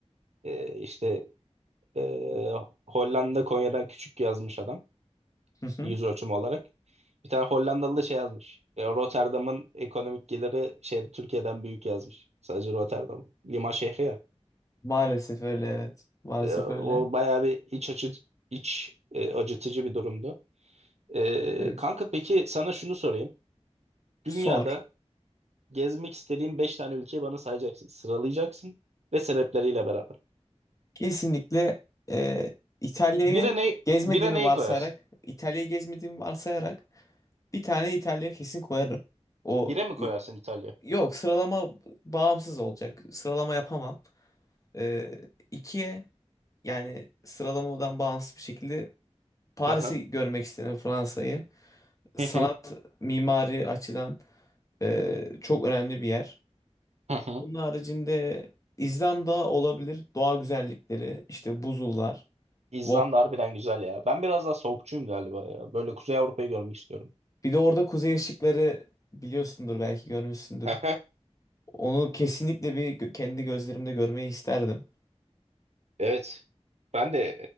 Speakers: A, on the right; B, on the left.
A: E, işte e, Hollanda Konya'dan küçük yazmış adam.
B: Hı hı.
A: yüz ölçümü olarak. Bir tane Hollandalı da şey yazmış. E, Rotterdam'ın ekonomik geliri şey Türkiye'den büyük yazmış. Sadece Rotterdam. Liman şehri ya.
B: Maalesef öyle evet. Maalesef
A: E, o
B: öyle.
A: bayağı bir iç açı iç e, acıtıcı bir durumdu. E,
B: Evet.
A: kanka peki sana şunu sorayım. Dünyada
B: Sor.
A: gezmek istediğin 5 tane ülkeyi bana sayacaksın. Sıralayacaksın ve sebepleriyle beraber.
B: Kesinlikle e, İtalya'yı
A: Bire ne
B: gezmediğimi
A: bire neyi
B: varsayarak,
A: koyarsın?
B: İtalya'yı gezmediğimi varsayarak bir tane İtalya kesin koyarım. O
A: Bire mi koyarsın İtalya?
B: yok sıralama bağımsız olacak. Sıralama yapamam. E, ikiye yani sıralamadan bağımsız bir şekilde Paris'i
A: Aha.
B: görmek istedim, Fransa'yı. Sanat,
A: Hı hı.
B: mimari açıdan e, çok önemli bir yer.
A: Hı hı.
B: Bunun haricinde İzlanda olabilir. Doğa güzellikleri, işte buzullar.
A: İzlanda
B: vol-
A: harbiden güzel ya. Ben biraz daha soğukçuyum galiba ya. Böyle Kuzey Avrupa'yı görmek istiyorum.
B: Bir de orada kuzey ışıkları biliyorsundur belki görmüşsündür.
A: Aha,
B: Onu kesinlikle bir gö- kendi gözlerimde görmeyi isterdim.
A: evet. Ben de